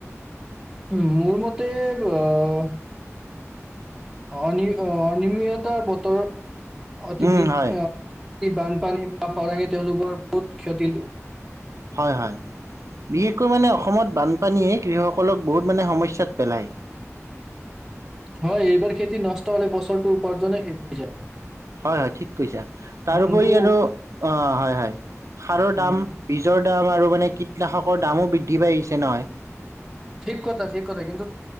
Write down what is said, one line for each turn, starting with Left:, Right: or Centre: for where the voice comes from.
Centre: উ মোৰ মতে আহ অন অনমিততা বতৰৰ অতিব
Right: উম,
Centre: স
Right: হয়,
Centre: বানপানী বা খৰাঙে তেওঁলোকৰ বহুত ক্ষতি ল
Right: হয় হয় বিশেষকৈ মানে অসমত বানপানীয়ে কৃষসকলক বহুত মানে সমস্যাত পেলায়
Centre: হয় এইবাৰ খেতি নষ্ট হলে বছৰটো উপাৰ্জনে শেষ হৈ যায়
Right: হয় হয় ঠিক কৈছা তাৰপৰি
Centre: মনটো
Right: আৰু অ হয় হয় খাৰৰ
Centre: উম
Right: দাম বীজৰ দাম আৰু মানে কীটনাশকৰ দামো বৃদ্ধি পাই আহিছে নহয়।
Centre: ঠিক কথা ঠিক কথা কিন্তু